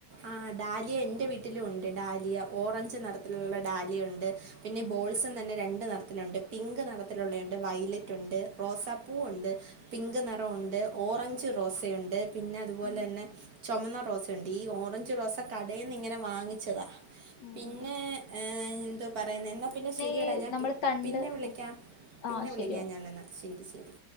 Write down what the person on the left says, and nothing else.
ഉം
ഉം
ഉം
ഉം
ഈ
നമ്മള്
തണ്ട്
ആ
ശരി ഓക്കെ